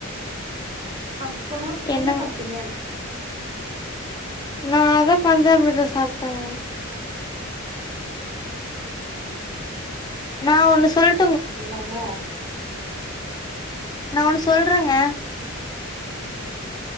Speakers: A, on the right; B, on the left.
A: அப்பறோ
B: என்னங்க
A: என்ன சாப்ட்டீங்க
B: நா அதா பஞ்சாமிர்தோ சாப்ட்டங்க நான் ஒன்னு சொல்
A: இல்லங்க
B: நா ஒன்னு சொல்றங்க